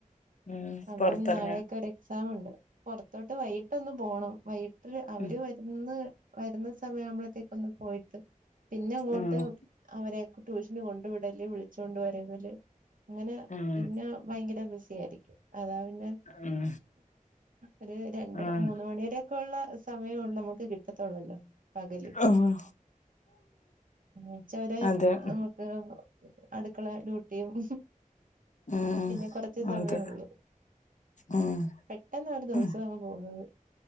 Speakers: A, on the left; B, on the right.
A: ഉം
B: അപ്പം
A: പൊറത്തെറങ്ങാ
B: നാളെ <unintelligible> എക്സാം ഒണ്ട് പൊറത്തോട്ട് വൈകിട്ടൊന്ന് പോണം വൈകിട്ട് അവര്
A: ഉം
B: വരുന്ന് വരുന്ന- സമയാമ്പളത്തേക്കൊന്ന് പോയിട്ട് പിന്നെ അങ്ങോട്ട്
A: ആഹ്
B: അവരേക്കെ ട്യൂഷന് കൊണ്ട് വിട്ട്- ഇടേ <unintelligible> വിളിച്ചു കൊണ്ട് വരുന്നല് അങ്ങനെ
A: ഉം
B: പിന്നെ ഭയങ്കര ബിസി ആയിരിക്കും അതാ പിന്നെ-
A: ഉം
B: ഒരു രണ്ടര
A: ആഹ്
B: മൂന്ന് മണി വരെയൊക്കെള്ള സമയവുള്ളൂ നമുക്ക് കിട്ടത്തുള്ളല്ലോ പകല്
A: ആഹ്‌ ആ
B: ഉച്ചവരെ
A: അതെ
B: ആഹ് അടുക്കള ഡ്യൂട്ടിയും-
A: ഉം
B: പിന്നെ കൊറച്ച് സമയവൊള്ളൂ
A: അതെ ഉം
B: പെട്ടെന്നാ ഒരു ദിവസവ-
A: ഉം
B: പോന്നത്